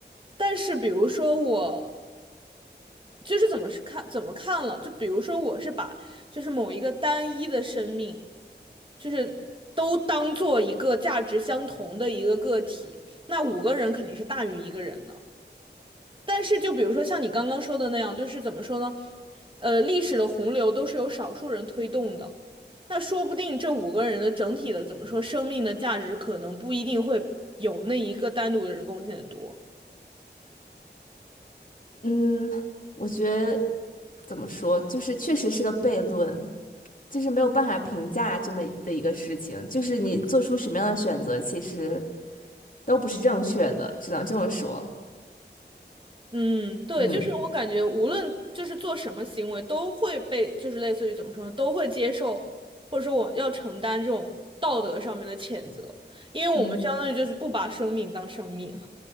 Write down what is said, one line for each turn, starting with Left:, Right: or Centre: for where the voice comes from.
Right: 但是比如说我就是怎么是看怎么看了，就比如说我是把就是某一个单一的生命，就是都当做一个价值相同的一个个体，那五个人肯定是大于一个人的。但是就比如说像你刚刚说的那样，就是怎么说呢？呃，历史的洪流都是由少数人推动的，那说不定这五个人的整体的怎么说，生命的价值可能不一定会有那一个单独的人贡献的多。
Left: 嗯，我觉得怎么说，就是确实是个悖论，就是没有办法评价这么的一个事情，就是你做出什么样的选择，其实都不是正确的，只能这么说，
Right: 嗯，对，
Left: 嗯。
Right: 就是我感觉，无论就是做什么行为，都会被就是类似于怎么说呢，都会接受，或者说我要承担这种道德上面的谴责，因为我们相当于就是不把生命当生命。
Left: 嗯。